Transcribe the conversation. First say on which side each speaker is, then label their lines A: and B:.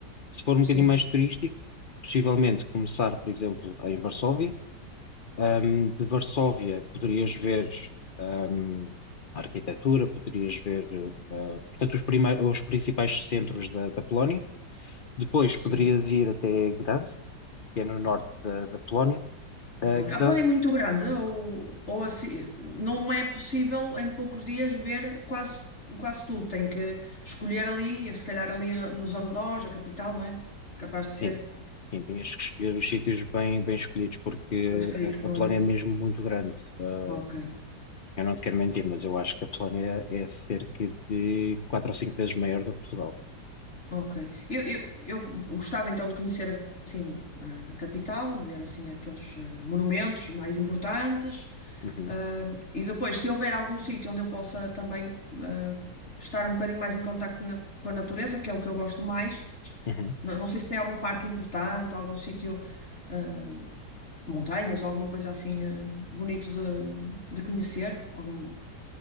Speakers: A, on the left; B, on the left.
A: Se for um
B: Sim,
A: bocadinho mais turístico, possivelmente começar, por exemplo, em Varsóvia Ahm, de Varsóvia poderias ver ahm, a arquitetura, poderias ver, ah, portanto, os, primei- os principais centros da, da Polónia. Depois
B: sim.
A: poderias ir até Gdansk, que é no norte da, da Polónia.
B: Da
A: Ah,
B: Polónia.
A: Gdansk,
B: A Polónia é muito grande, ou, ou assim, não é possível em poucos dias ver quase, quase tudo. Tem que escolher ali, se calhar ali eh, nos arredores, a capital, não é? Capaz de ser.
A: sim, sim, tinhas que escolher os sítios bem, bem escolhidos, porque
B: Mas escolher que
A: a,
B: não
A: a Polónia
B: é muito.
A: é mesmo muito grande. Ah,
B: Ok.
A: eu não te quero mentir, mas eu acho que a Polónia é cerca de quatro ou cinco vezes maior do que Portugal.
B: Ok. Eu, eu, eu gostava então de conhecer assim a a capital, ver assim aqueles eh, monumentos mais importantes.
A: Uhum,
B: ah, e depois, se houver algum sítio onde eu possa também ah, estar um bocadinho mais em contacto na- com a natureza, que é o que eu gosto mais,
A: uhum.
B: não, não sei se tem algum parque importante, algum sítio, ah, montanhas ou alguma coisa assim ah, bonito de, de conhecer. Algum...